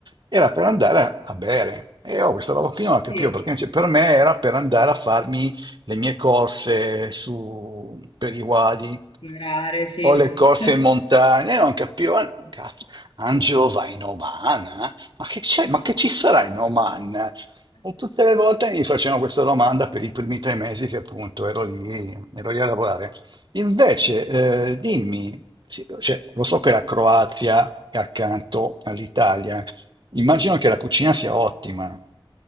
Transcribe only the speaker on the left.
Sì,
esplorare, sì.
<laughs>